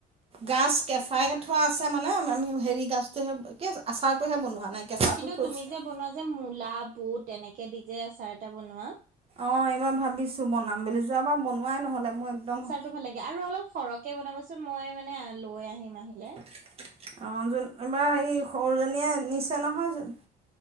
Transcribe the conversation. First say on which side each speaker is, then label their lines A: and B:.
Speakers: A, on the right (about 35°); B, on the right (about 50°).
A: গাছ কেচাই থোৱা আছে মানে আমি হেৰি গাছ <unintelligible> আচাৰটোহে বনোৱা নাই, কেঁচাতো
B: কিন্তু
A: থৈছোঁ।
B: তুমি যে বনোৱা যে মূলা বুট তেনেকে দি যে আচাৰ এটা বনোৱা।
A: অ', এইবাৰ ভাবিছোঁ বনাম বুলি, যোৱাবাৰ বনোৱাই নহ'লে মোৰ একদম
B: সেইটো ভাল লাগে আৰু অলপ সৰহকে বনাবচোন মই মানে লৈ আহিম আহিলে।
A: অ', যোন এইবাৰ এই সৰুজনীয়ে নিছে নহয় যোন